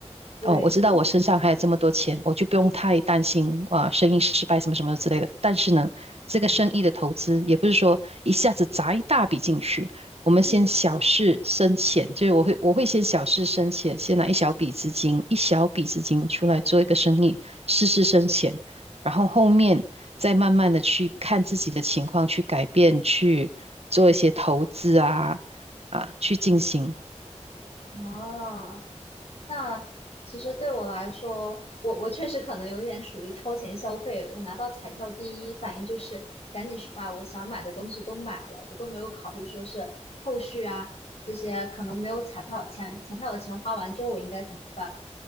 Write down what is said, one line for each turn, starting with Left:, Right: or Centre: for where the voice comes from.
Left: 对，
Right: 哦，我知道我身上还有这么多钱，我就不用太担心啊、呃生意失败什么什么之类的。但是呢，这个生意的投资也不是说一下子砸一大笔进去，我们先小试深浅，
Left: 嗯，
Right: 就是我会我会先小试深浅，先拿一小笔资金，一小笔资金出来做一个生意，试试深浅，然后后面再慢慢的去看自己的情况，去改变，去做一些投资啊啊，去进行。
Left: 啊。那其实对我来说，我我确实可能有一点属于超前消费。我拿到彩票，第一反应就是赶紧去把我想买的东西都买了，我都没有考虑说是后续啊这些可能没有彩票钱，彩票的钱花完之后我应该怎么办？